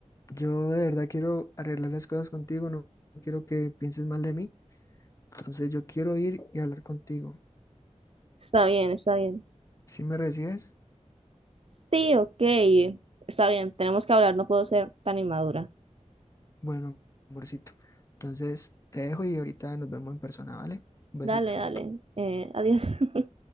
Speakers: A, on the left (about 25°); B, on the right (about 50°).
A: Yo de verdad quiero arreglar las cosas contigo, no quiero que pienses mal de mí. Entonces yo quiero ir y hablar contigo.
B: Está bien, está bien.
A: Si me recibes?
B: Sí, ok. Está bien, tenemos que hablar, no puedo ser tan inmadura.
A: Bueno, amorcito. Entonces te dejo y ahorita nos vemos en persona, ¿vale? Un besito.
B: Dale, dale. eh, adiós. <laughs>